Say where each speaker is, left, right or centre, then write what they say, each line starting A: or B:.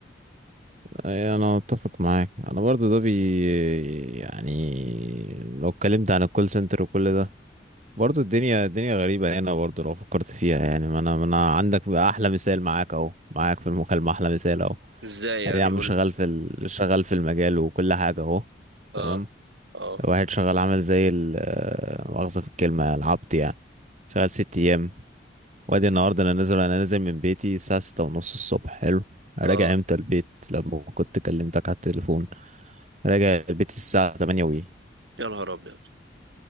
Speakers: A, on the right; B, on the right.
A: أي انا اتفق معاك انا برضه ده بي يعني لو اتكلمت عن الكول سنتر وكل ده برضو الدنيا الدنيا غريبة هنا برضو لو فكرت فيها يعني ما انا ما انا عندك بقى احلى مثال معاك اهو معاك في المكالمة احلى مثال اهو
B: ازاي يعني
A: ادي يا عم
B: قول
A: شغال
B: لي
A: في ال... شغال في المجال وكل حاجة اهو
B: اه
A: تمام
B: اه
A: واحد شغال عمل زي ال آه، مؤاخذة في الكلمة العبط يعني شغال ست ايام وادي النهاردة انا نازل انا نازل من بيتي الساعة ستة ونص الصبح حلو راجع
B: اه
A: امتى البيت لما كنت كلمتك على التليفون راجع البيت الساعة تمانية وي
B: يا نهار ابيض